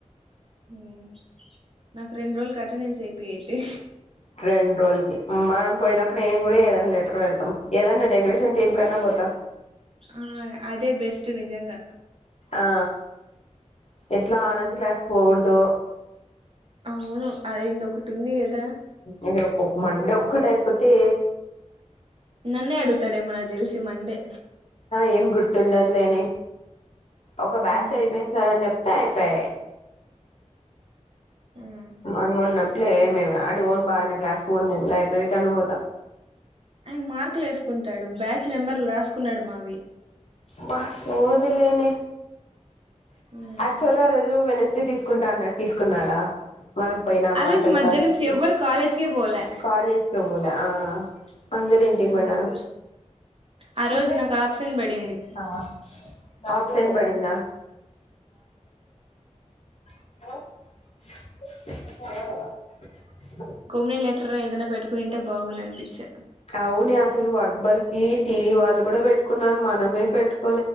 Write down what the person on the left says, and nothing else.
రెండ్రోజుల కి మనం పోయినప్పుడు ఎం కూడా ఏదన్నా లెటర్ పెడుతాం ఏదన్నా డెకరేషన్ టీం కన్నా త
ఆ ఎట్లా ఆనంద్ క్లాస్కు పోకోడదు
ఇది ఒ మండే ఒక్కటైపోతే
ఏం గుర్తుండద్లేనే ఒక బ్యాచైపోయింది
సార్ అని చెప్తే అయి పే.
మన మోన్నప్పులే ఏమేవ్ అటు పోను బనే క్లాస్కి పోను నేను లైబ్రరీకన్న పోతా
బ సోదిలేనే
యాక్చువల్గా ఆ రోజు వెనస్డే తీసుకుంటా అన్నాడు తీస్కున్నాడా మనం పోయినామా
అసలు
కాలేజ్కి
కాలేజ్కే పోలే ఆ అందరింటికి
పోయినారు
ఎల్లేస
ఏళ్ళొచ్చినావ ఆప్సెం బడిందా హాలో
అవునే అసలు వర్బల్కి టీవి వాళ్ళు కూడా పెట్టుకున్నారు మనమే పెట్టుకు.